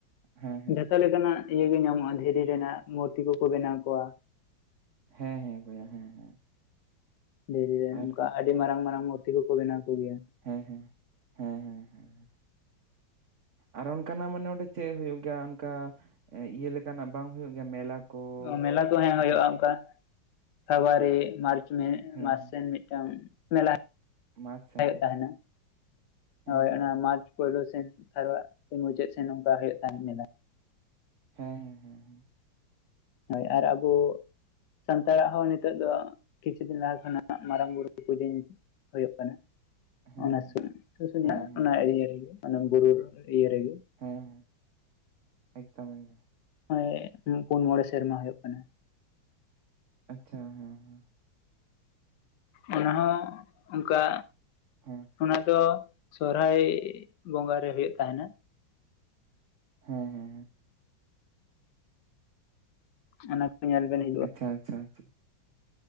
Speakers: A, on the right; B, on the left.
A: ᱦᱮᱸ ᱦᱮᱸ
B: ᱡᱷᱚᱛᱚ ᱞᱮᱠᱟᱱᱟᱜ ᱤᱭᱟᱹ ᱜᱮ ᱧᱟᱢᱚᱜᱼᱟ ᱫᱷᱤᱨᱤ ᱨᱮᱱᱟᱜ ᱢᱩᱨᱛᱤ ᱠᱚᱠᱚ ᱵᱮᱱᱟᱣ ᱠᱚᱣᱟ,
A: ᱦᱮᱸ ᱦᱮᱸ ᱵᱚᱭᱦᱟ ᱦᱮᱸ ᱦᱮᱸ᱾
B: ᱫᱷᱤᱨᱤ ᱨᱮᱱ
A: ᱟᱨ
B: ᱱᱚᱝᱠᱟ ᱟᱹᱰᱤ ᱢᱟᱨᱟᱝ ᱢᱟᱨᱟᱝ ᱢᱩᱨᱛᱤ ᱠᱚᱠᱚ ᱵᱮᱱᱟᱣ ᱠᱚ ᱜᱮᱭᱟ᱾
A: ᱦᱮᱸ ᱦᱮᱸ, ᱦᱮᱸ ᱦᱮᱸ ᱦᱮᱸ᱾ ᱟᱨ ᱚᱱᱠᱟᱱᱟᱜ ᱢᱟᱱᱮ ᱚᱸᱰᱮ ᱪᱮᱜ ᱦᱩᱭᱩᱜ ᱜᱮᱭᱟ ᱚᱱᱠᱟ, ᱮᱸ ᱤᱭᱟᱹ ᱞᱮᱠᱟᱱᱟᱜ ᱵᱟᱝ ᱦᱩᱭᱩᱜ ᱜᱮᱭᱟ ᱢᱮᱞᱟ? ᱠᱚ
B: ᱚ ᱢᱮᱞᱟ ᱠᱚ ᱦᱮᱸ ᱚᱱᱟ
A: ᱵᱟᱠᱷᱟᱡ
B: ᱦᱩᱭᱩᱜᱼᱟ ᱚᱝᱠᱟ, ᱯᱷᱮᱵᱩᱣᱟᱨᱤ, ᱢᱟᱨᱪ ᱚᱱᱮ
A: ᱦᱮᱸ
B: ᱢᱟᱥ
A: ᱦᱮᱸ
B: ᱨᱮᱱ ᱢᱤᱫᱴᱟᱝ ᱢᱮᱞᱟ ᱦᱳᱭᱳᱜ
A: ᱢᱟᱪ ᱥᱮᱱ ᱟᱪᱪᱷᱟ
B: ᱛᱟᱦᱮᱸᱱᱟ,
A: ᱦᱮᱸ
B: ᱦᱳᱭ
A: ᱦᱮᱸ
B: ᱚᱱᱟ ᱢᱟᱨᱪ ᱯᱳᱭᱞᱳ ᱥᱮᱱ ᱛᱟᱨ ᱵᱟ ᱢᱩᱪᱟᱹᱫ ᱥᱮᱱ ᱚᱝᱠᱟ ᱦᱩᱭᱩᱜ ᱛᱟᱦᱮᱸᱱ ᱢᱮᱞᱟ᱾
A: ᱦᱮᱸ ᱦᱮᱸ ᱦᱮᱸ ᱦᱮᱸ᱾
B: ᱦᱳᱭ ᱟᱨ ᱟᱵᱚ ᱥᱟᱱᱛᱟᱲᱟᱜ ᱦᱚᱸ ᱱᱤᱛᱚᱜ ᱫᱚ, ᱠᱤᱪᱷᱩ ᱫᱤᱱ ᱞᱟᱦᱟ ᱠᱷᱚᱱᱟᱜ ᱢᱟᱨᱟᱝ ᱵᱩᱨᱩ ᱯᱩᱡᱟᱹ ᱦᱩᱭᱩᱜ ᱠᱟᱱᱟ᱾
A: ᱦᱮᱸ ᱦᱮᱸ
B: ᱚᱱᱟ
A: ᱦᱮᱸ
B: ᱥᱩ, ᱥᱩᱥᱩᱱᱤᱭᱟ
A: ᱦᱮᱸ
B: ᱚᱱᱟ ᱤᱨᱤᱭᱟᱹ ᱨᱮᱜᱮ ᱢᱟᱱᱮ ᱵᱩᱨᱩ ᱤᱭᱟᱹ ᱨᱮᱜᱮ᱾
A: ᱦᱮᱸ ᱦᱮᱸ, ᱮᱠᱫᱚᱢ ᱮᱠᱫᱚᱢ᱾
B: ᱦᱳᱭ ᱯᱩᱱ ᱢᱚᱬᱮ ᱥᱮᱨᱢᱟ ᱦᱩᱭᱩᱜ ᱠᱟᱱᱟ᱾
A: ᱟᱪᱪᱷᱟ ᱦᱮᱸ ᱦᱮᱸ᱾
B: ᱚᱱᱟ ᱦᱚᱸ ᱚᱱᱠᱟ,
A: ᱦᱮᱸ
B: ᱚᱱᱟ ᱫᱚ ᱥᱚᱨᱦᱟᱭ ᱵᱚᱸᱜᱟ ᱨᱮ ᱦᱩᱭᱩᱜ ᱛᱟᱦᱮᱸᱱᱟ,
A: ᱦᱮᱸ ᱦᱮᱸ᱾
B: ᱚᱱᱟ ᱠᱚ ᱧᱮᱞ <inaudible>
A: ᱟᱪᱪᱷᱟ ᱟᱪᱪᱷᱟ ᱟᱪᱪᱷᱟ ᱾